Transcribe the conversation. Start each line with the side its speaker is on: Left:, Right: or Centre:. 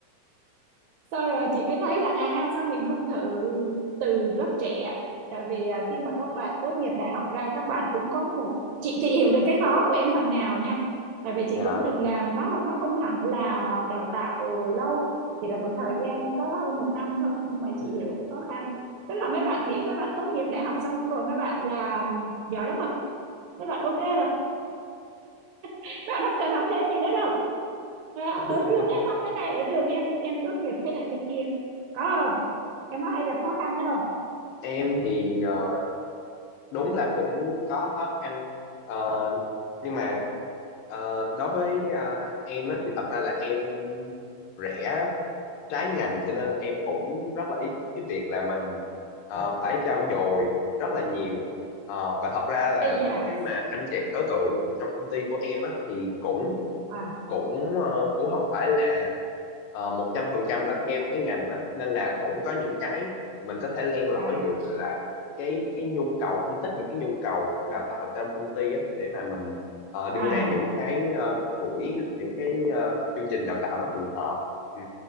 Right: sau rồi chị mới thấy là à sao mình không thử từ lớp trẻ tại vì à, khi mà các bạn tốt nghiệp đại học ra các bạn cũng có một chị chị hiểu được cái khó của em phần nào nha tại vì chị
Left: dạ.
Right: cũng từng làm nó nó không hẳn là đào tạo lâu chỉ là một thời gian có hơn một năm thôi nhưng mà chị hiểu cái khó khăn tức là mấy bạn nghĩ mấy bạn tốt nghiệp đại học xong rồi mấy bạn là giỏi lắm rồi mấy bạn ok rồi mấy bạn không cần học thêm gì nữa đâu À,
Left: <laughs>
Right: ở trường em học thế này ở trường em em tốt nghiệp thế này thế kia có không em có hay gặp khó khăn đâu
Left: Em thì ờ, đúng là cũng có khó khăn. Ờ, nhưng mà ờ, đối với ờ, em á, thì thật ra là em rẻ trái ngành cho nên là em cũng rất là ý thức cái việc là mình ờ, phải trau dồi rất là nhiều Ờ, và thật ra là
Right: ây da
Left: những cái mà anh chị đối tượng trong công ty của em á thì cũng
Right: à
Left: cũng ờ, cũng không phải là ờ, một trăm phần trăm là theo cái ngành đó nên là cũng có những cái mình có thể len lỏi
Right: à
Left: được tức là cái cái nhu cầu phân tích được cái nhu cầu đào tạo trong công ty á để mà mình ờ, đưa
Right: à
Left: ra những cái ờ, buổi những cái ờ, chương trình đào tạo nó phù hợp ừ